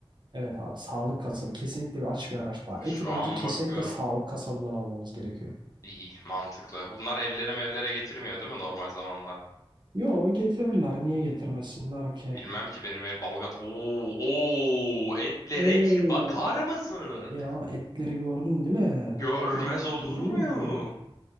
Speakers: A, on the right (about 50°); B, on the left (about 35°).
A: Evet abi sağlık kasabı kesinlikle bir aç bir araştırma.
B: Aa,
A: Eti
B: Şu
A: bence
B: an
A: kesinlikle
B: bakıyorum.
A: sağlık kasabından almamız gerekiyor.
B: İyi mantıklı. Bunlar evlere mevlere getirmiyor değil mi normal zamanda?
A: Yo getirirler. Niye getirmesinler ki?
B: Bilmem ki benim ev Balgat. Oo, oo, etlere
A: Oo
B: bir bakar mısın?
A: ya etleri gördün değil mi?
B: Görmez
A: Gördün
B: olur
A: değil
B: muyum?
A: mi?